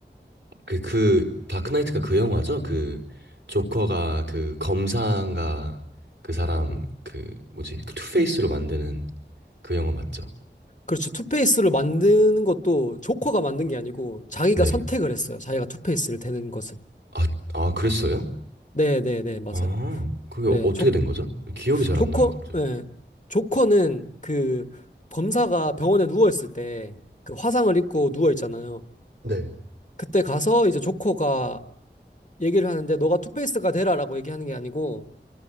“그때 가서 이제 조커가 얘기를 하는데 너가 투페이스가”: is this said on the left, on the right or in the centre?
Left